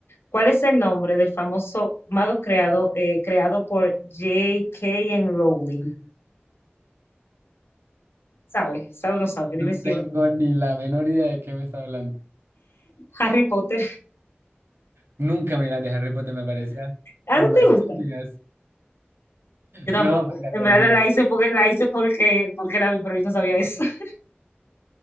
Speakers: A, on the left; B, on the right.
A: ¿cuál es el nombre del famoso mago creado, eh, creado por J K Rowling? ¿Sabes? ¿Sabes o no sabes? Dime
B: No
A: si
B: tengo
A: o no.
B: ni la menor idea de qué me está hablando.
A: Harry Potter. <laughs>
B: Nunca me las de Harry Potter me parecían
A: ah
B: como
A: no te
B: estúpidas.
A: gusta? Yo tampoco.
B: No, pues, la
A: En
B: perdí.
A: verdad la hice porque la hice porque, porque la vi, pero yo no sabía eso. <laughs>